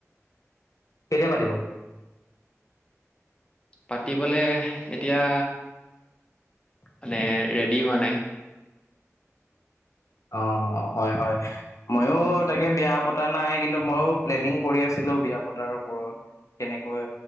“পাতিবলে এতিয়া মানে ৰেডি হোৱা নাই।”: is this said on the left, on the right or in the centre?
Left